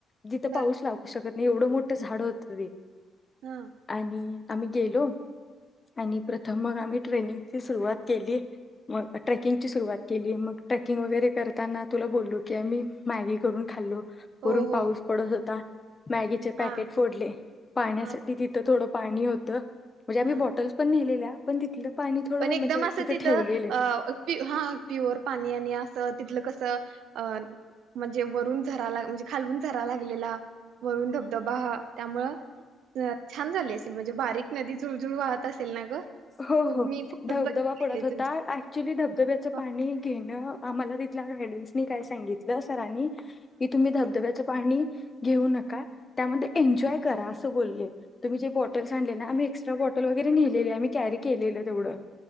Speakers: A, on the left; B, on the right.
A: जिथं
B: बर
A: पाऊस लागू शकत. एवढ मोठ् झाड होत ते.
B: हा
A: आणि आम्ही गेलो आणि प्रथम मग आम्ही ट्रेनिंगची सुरुवात केली मग ट्रेकिंगची सुरुवात केली मग ट्रेकिंग वगैरे करताना तुला बोललो की आम्ही मॅगी करून खाल्लो. वरून
B: हो हो
A: पाऊस पडत होता. मॅगीचे पॅकेट
B: हा
A: फोडले पाहण्यासाठी
B: हा
A: तिथं थोडं पाणी होतं म्हणजे आम्ही
B: हा
A: बॉटल्स पण नेलेल्या पण तिथलं पाणी थोडं
B: पण एकदम
A: म्हणजे
B: असं तिथं
A: ठेवलेलं
B: हा प्युअर पाणी आणि अस. तिथलं कसं अ म्हणजे वरून झरा ला म्हणजे खालून झरा लागलेला वरून धबधबा. त्यामुं छान झाली अस. म्हणजे बारीक नदी जुळजुळ वाहत असेल ना ग.
A: हो
B: तुम्ही
A: हो.
B: फोटोत
A: धबधबा
B: बघितले
A: पडत होता
B: तुझे
A: ऍक्च्युअली धबधब्याचं
B: हा
A: पाणी घेणं आम्हाला तिला गायडन्सनी का. सांगितलं. रा की तुम्ही धबधब्याचं पाणी. घेऊ नक त्यामध्ये एन्जॉय करा अस ब तुम्ही जे बॉटल्स आण ना आम्ही एक्स्ट्रा बटलगरेे आम्. कॅरी केलेलं तेवढं.